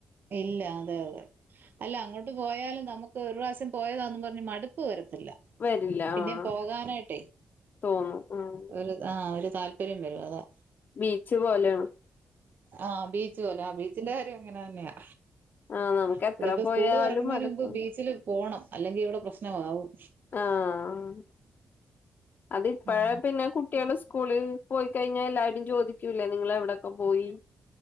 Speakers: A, on the right; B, on the left.
A: ഇല്ല അതെ അതെ അല്ല അങ്ങോ അങ്ങോട്ട് പോയാലും നമുക്ക് ഒരു പ്രാവശ്യം പോയതാണെന്ന് പറഞ്ഞ് മടുപ്പ് വര ത്തില്ല
B: വരില്ല
A: പിന്നേ
B: ആഹ്
A: പോകാനായിട്ടേ
B: തോന്നും ഉം
A: ഒരു ആഹ്. താല്പര്യം വരും അതാ
B: ബീച്ച് പോലെയാ
A: ആഹ് ബീച്ച് പോല ആഹ് ബീച്ചില കാര്യം എങ്ങനെ തന്നെയാ.
B: ആഹ് നമുക്ക് എത്ര
A: ഇവിടെ ഇപ്പ
B: പോയാലും
A: സ്കൂള് തുറക്കുന്നതിന്
B: മടുക്കൂല
A: മുമ്പ് ബീച്ചിൽ പോകണം അല്ലെങ്കിൽ ഇവിടെ പ്രശ്നമാവും.
B: ആഹ് അതിപ്പ
A: ആ
B: പിന്നെ കുട്ടികള് സ്കൂളി പോയി കഴിഞ്ഞാൽ എല്ലാവാരും ചോദിക്കൂല്ലേ നിങ്ങൾ എവിടെക്കെ പോയി?